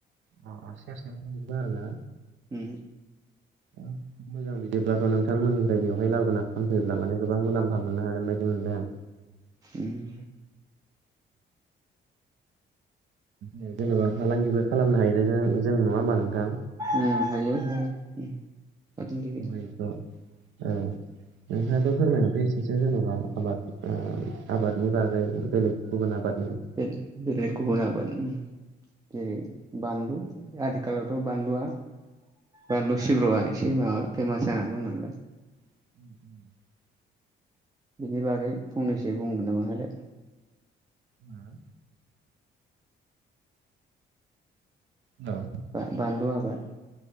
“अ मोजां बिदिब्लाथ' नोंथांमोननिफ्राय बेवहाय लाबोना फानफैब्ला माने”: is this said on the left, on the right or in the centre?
Right